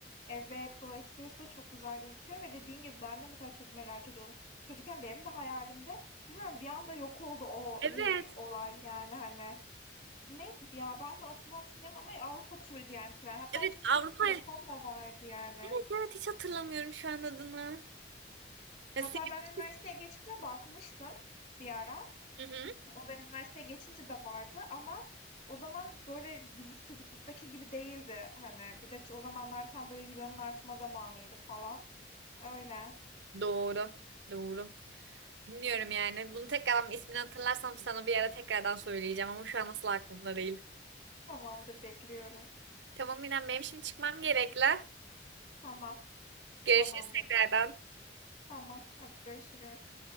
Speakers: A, on the left; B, on the right.
A: Evet Doğu Ekspresi de çok güzel gözüküyor ve dediğin gibi ben de mesela çok merak ediyordum. Çocukken benim de hayalimde bilmiyorum bir anda yok oldu o
B: Evet.
A: ıı, olay yani hani Neydi bu ya? Ben de adını hatırlayamam ama Avrupa turu diyen tren. Hatta
B: Evet
A: çünkü çok
B: Avrupa.
A: yapan da vardı yani.
B: Evet evet hiç hatırlamıyorum şu an adını. Ha,
A: Hatta
B: Silivri-
A: ben üniversiteye geçince bakmıştım bir ara.
B: Hı hı.
A: O ben üniversiteye geçince de vardı ama o zaman böyle biz çocukluktaki gibi değildi. Hani bir de ço- o zamanlar tam böyle euronun artma zamanıydı falan. Öyle.
B: Doğru. Doğru. Bilmiyorum yani. Bunu tekrardan ismini hatırlarsam sana bir ara tekrardan söyleyeceğim ama şu an asla aklımda değil.
A: Tamamdır bekliyorum.
B: Tamam İrem benim şimdi çıkmam gerekli.
A: Tamam.
B: Görüşürüz
A: Tamamdır.
B: tekrardan.
A: Tamam. Hadi görüşürüz.